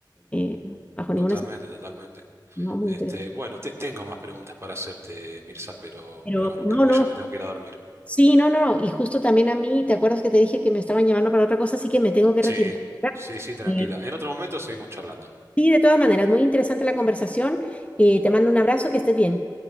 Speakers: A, on the left; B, on the right.
A: eh, bajo
B: totalmente,
A: ninguna...
B: totalmente.
A: No, muy
B: Este,
A: interesante.
B: bueno, te- tengo más preguntas para hacerte, Mirza, pero,
A: Pero
B: pero bueno,
A: no,
B: creo que
A: no.
B: ya me tengo que ir a dormir.
A: Sí, no, no, no. Y justo también a mí, ¿te acuerdas que te dije que me estaban llamando para otra cosa? Así que me tengo que
B: Sí,
A: retirar. ¿verdad?
B: sí, sí, tranquila.
A: Eh,
B: En otro momento seguimos charlando.
A: Sí, de todas maneras, muy interesante la conversación. Eh, te mando un abrazo, que estés bien.